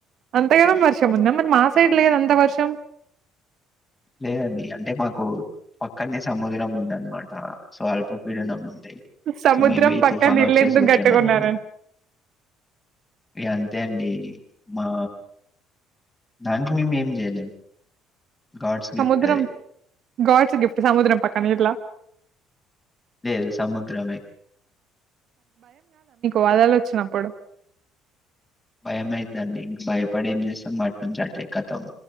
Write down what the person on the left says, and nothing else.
లేదండి అంటే మాకు పక్కనే సముద్రం ఉందన్నమాట సో అల్పపీడన ఉంది
సో మేబి
తుఫాను
వచ్చే
సూచనలు
ఉన్నాయి ఇక అంతే అండి మా దానికి మేము ఏం చేయలేం గాడ్స్ గిఫ్ట్
అది.
లేదు సముద్రమే
భయమైందండి ఇంకా భయపడే ఏం చేస్తాం అటునుంచి అటే కతం